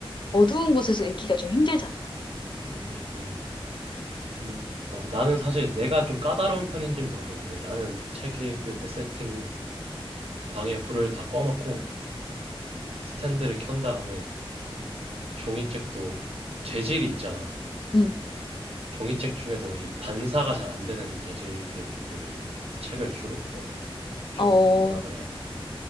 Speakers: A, on the left; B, on the right.
A: 어두운 곳에서 읽기가 좀 힘들잖아.
B: 음, 근데 어, 나는 사실 내가 좀 까다로운 편인지는 모르겠는데 나는 책 읽을 때 세팅이 방에 불을 다 꺼놓고 스탠드를 켠 다음에 종이책도 재질이 있잖아.
A: 음.
B: 종이책 중에도 이 반사가 잘 안 되는 재질들을 책을 주로 보거든. 좀
A: 어,
B: 뭐라 그래야 되나?